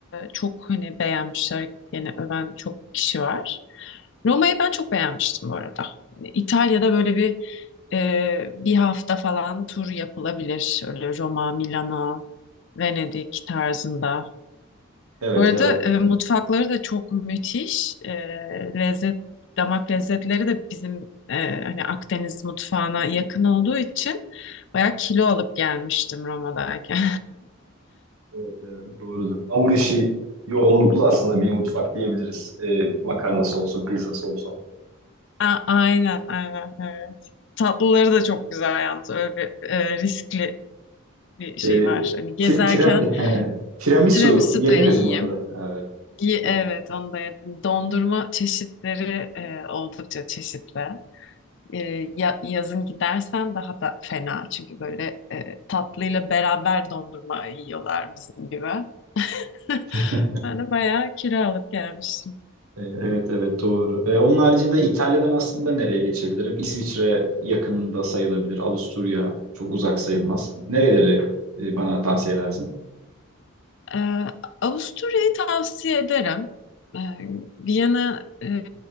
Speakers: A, on the left (about 55°); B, on the right (about 85°).
A: çok hani beğenmişler. Gene öven çok kişi var. Roma'yı ben çok beğenmiştim bu arada. Hani İtalya'da böyle bir e, bir hafta falan tur yapılabilir. Öyle Roma, Milano, Venedik tarzında.
B: Evet,
A: Bu arada
B: evet.
A: e, mutfakları da çok müthiş. E, lezzet, damak lezzetleri de bizim e, hani Akdeniz mutfağına yakın olduğu için bayağı kilo alıp gelmiştim Roma'dayken.
B: Evet, evet, doğrudur. Hamur işi yoğunluklu aslında bir mutfak diyebiliriz. Ee, makarnası olsun, pizzası olsun.
A: <laughs> A- aynen, aynen, evet. Tatlıları da çok güzel yalnız. Öyle bir e, riskli bir şey
B: Ee,
A: var. Hani gezerken
B: Tir, tira- he, tiramisu
A: tiramisu
B: yediniz
A: da yiyeyim.
B: mi orada? evet,
A: Ye-
B: doğru.
A: Evet, onu da yedim. Dondurma çeşitleri e, oldukça çeşitli. E, ya- yazın gidersen daha da fena çünkü böyle e, tatlıyla beraber dondurma yiyorlar bizim gibi. <laughs>
B: <laughs>
A: Ben de bayağı kiralık gelmiştim.
B: E, Evet evet doğru. E, onun haricinde İtalya'dan aslında nereye geçebilirim? İsviçre yakınında sayılabilir. Avusturya çok uzak sayılmaz. Nereleri e, bana tavsiye edersin?
A: E, Avusturya'yı tavsiye ederim. E, Viyana e,